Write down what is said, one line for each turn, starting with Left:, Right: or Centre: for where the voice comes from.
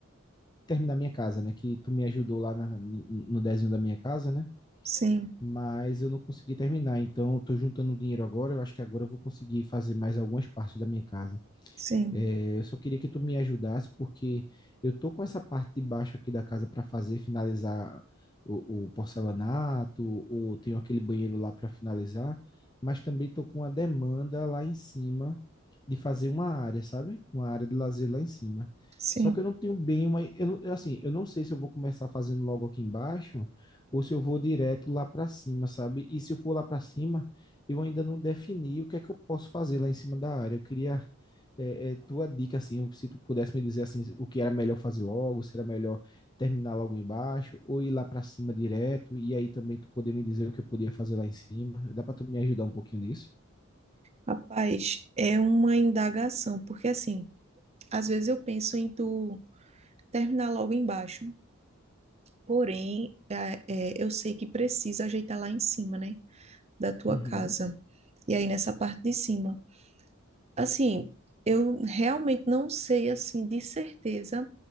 Left: terminar minha casa, né? Que tu me ajudou lá na- no desenho da minha casa, né?
Right: Sim,
Left: Mas eu não consegui terminar. Então, eu tô juntando dinheiro agora. Eu acho que agora eu vou conseguir fazer mais algumas partes da minha casa.
Right: sim,
Left: É, eu só queria que tu me ajudasse, porque eu tô com essa parte de baixo aqui da casa para fazer, finalizar o, o porcelanato, ou tenho aquele banheiro lá para finalizar, mas também tô com uma demanda lá em cima de fazer uma área, sabe? Uma área de lazer lá em cima.
Right: sim.
Left: Só que eu não tenho bem uma, eu não- eu, assim, eu não sei se eu vou começar fazendo logo aqui embaixo ou se eu vou direto lá para cima, sabe? E se eu for lá para cima, eu ainda não defini o que é que eu posso fazer lá em cima da área. Eu queria é, é, tua dica, assim, se tu pudesse me dizer, assim, o que era melhor fazer logo, se era melhor terminar logo embaixo, ou ir lá para cima direto, e aí também tu poder me dizer o que eu podia fazer lá em cima. Dá para tu me ajudar um pouquinho nisso?
Right: Rapaz, é uma indagação, porque assim, às vezes eu penso em tu terminar logo embaixo, porém, é- é, eu sei que precisa ajeitar lá em cima, né, da tua
Left: Uhum,
Right: casa. E aí nessa parte de cima. Assim, eu realmente não sei, assim, de certeza